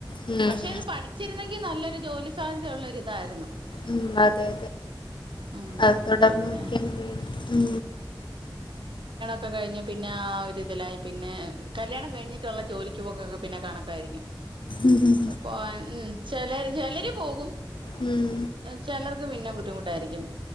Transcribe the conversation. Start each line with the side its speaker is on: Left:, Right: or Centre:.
Left: ഉം
Right: പക്ഷെ ഇത് പഠിച്ചിരുന്നെങ്കിൽ നല്ലൊരു ജോലി സാധ്യതയുള്ളള്ള ഒരിതായിരുന്നു
Left: ഉം അതെ
Right: ഉം
Left: അതെ
Right: പിന്നെ
Left: അ <inaudible> നോക്കിയണ ഉ
Right: ഒക്കെ കഴിഞ്ഞഞ് പിന്നെ ആ ഒരു ഇതിലായി പിന്നെ കല്യാണം കഴിഞ്ഞിട്ടുള്ള ജോലിക്ക് പോക്കൊക്കെ പിന്നെ കണക്കായിരിക്കും
Left: ഉം
Right: ഇപ്പം ഉം ചില ചിലര് പോകും
Left: ഉം
Right: ചിലർക്ക് പിന്നെ ബുദ്ധിമുട്ടായിരിക്കും